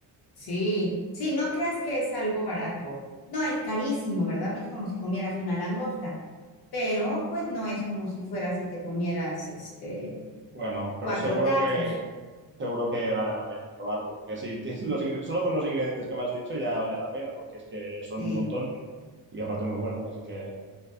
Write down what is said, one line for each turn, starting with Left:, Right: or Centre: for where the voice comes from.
Left: Sí, sí, no creas que es algo barato. No, es carísimo, ¿verdad? No es como si comieras una langosta, pero pues no es como si fueras y te comieras este
Right: Bueno, pero
Left: cuatro
Right: seguro
Left: tacos.
Right: que, seguro que vale la pena probarlo, porque si <laughs> tienes los ingre- solo con los ingredientes que me has dicho ya vale la pena, porque es que son
Left: Sí,
Right: un montón y aparte muy buenos, así que,